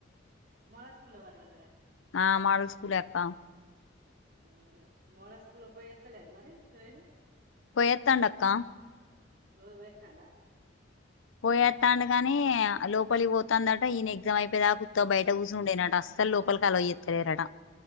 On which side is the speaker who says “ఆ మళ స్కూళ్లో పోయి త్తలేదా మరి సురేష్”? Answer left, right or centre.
Right